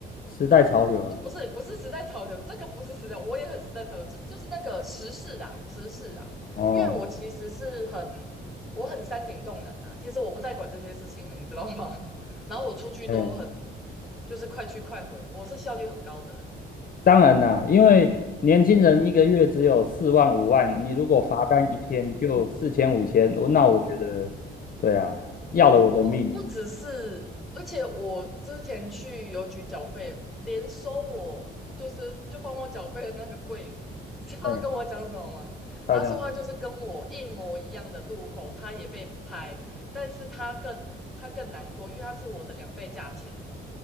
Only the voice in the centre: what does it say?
不是，不是时代潮流，这个不是时代，我也很时代潮流，就是就是那个时事啊，时事啊。
因为我其实是很，我很山顶洞人啊，其实我不太管这些事情了，你知道吗？<laughs> 然后我出去都很，
就是快去快回，我是效率很高的人，
<laughs>
嗯。
哦，不只是，而且我之前去邮局缴费，连收我就是就帮我缴费的那个柜员，<laughs> 你知道他跟我讲什么吗？
他说他就是跟我一模一样的路口，他也被拍，但是他更他更难过，因为他是我的两倍价钱，